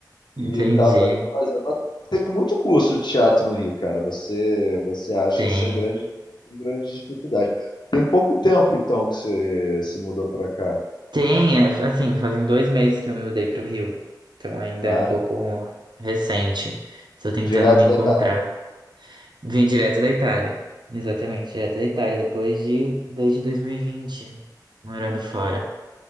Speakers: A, on the left; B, on the right.
A: E
B: Entendi.
A: tava ali fazendo. Mas tem muito curso de teatro no Rio, cara. Você, você acha
B: Tem.
A: sem grande, sem grande dificuldade. Tem pouco tempo, então, que você se mudou pra cá.
B: Tem, é, assim, fazem dois meses que eu me mudei para o Rio. Então ainda
A: Ah,
B: é um pouco recente. Estou tentando
A: direto
B: me encontrar.
A: da Itália.
B: Vim direto da Itália. Exatamente, direto da Itália, depois de, desde 2020, morando fora.